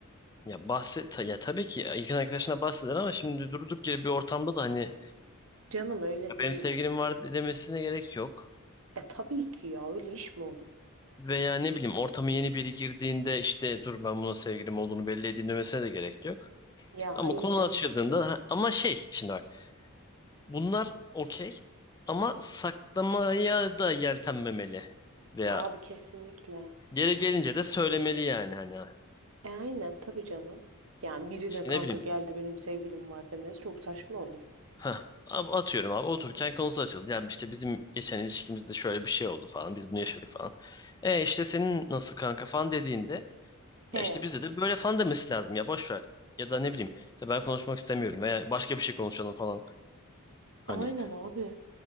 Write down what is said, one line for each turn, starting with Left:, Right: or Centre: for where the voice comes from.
Left: Ya bahset ta- ya tabii ki yakın arkadaşına bahseder ama şimdi durduk yere bir ortamda da hani
Right: Canım öyle
Left: "Ya
Right: değil.
Left: benim sevgilim var demesine gerek yok.
Right: E tabii ki ya öyle iş mi olur?
Left: Veya ne bileyim ortama yeni biri girdiğinde işte dur ben buna sevgilim olduğunu belli edeyim demesine de gerek yok.
Right: Ya
Left: Ama
Right: hayır
Left: konu
Right: canım.
Left: açıldığında ha- ama şey şimdi bak bunlar okey ama saklamaya da yeltenmemeli. Veya
Right: Abi kesinlikle.
Left: yere gelince de söylemeli yani hani ha.
Right: E aynen tabii canım. Yani birine
Left: işte
Right: kanka
Left: ne bileyim
Right: geldi benim sevgilim var demesi çok saçma olur.
Left: Heh, ab- atıyorum abi otururken konusu açıldı. Yani işte bizim geçen ilişkimizde şöyle bir şey oldu falan. Biz bunu yaşadık falan. E işte senin nasıl kanka falan dediğinde
Right: He.
Left: ya işte bizde de böyle falan demesi lazım ya boş ver. Ya da ne bileyim işte ben konuşmak istemiyorum veya başka bir şey konuşalım falan. Hani
Right: Aynen abi.